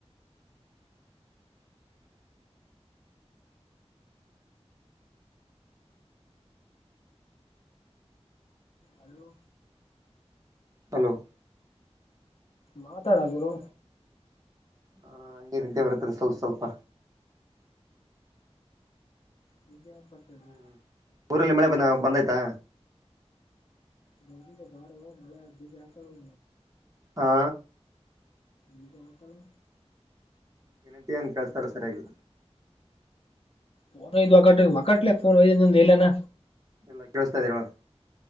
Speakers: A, on the right (about 30°); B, on the left (about 55°).
A: <inaudible>
B: ಅಲೋ
A: ಹಲೋ
B: ಮಾತಡ ಗುರು
A: ಹಾ ಹಂಗೆ ನಿದ್ದೆ ಬರ್ತ್ತದೆ ಸ್ವಲ್ಪ್ ಸ್ವಲ್ಪ.
B: ವಿಜ್ಯಪತ್ ತೆಡು.
A: ಹ್ಮ್ ಊರಲ್ಲಿ ಮಳೆ ಬಂದ್ ಬಂದ್ಯ್ತಾ.
B: ನೆಂದಿದೆ ಬಾರೋ ಮಳೆ ಬಿಜ ಹಾಕೋಳೊ.
A: ಹಾ
B: ಬೀಜ ಹಾಕಲ್ಲ.
A: ಎನಂಟಿ ಅಂತ ಕಳ್ಸ್ತಾಲ್ ಸರ್ಯಾಗಿ.
B: ಫೋನ್ ಇದ ಒಕ ಒಕಟ್ಲೆ ಫೋನ್ ಹೊಯ್ದ ಇಲ್ ಏನ.
A: ಎಲ್ಲ ಕೇಳಸ್ತಾ ಇದೇವ.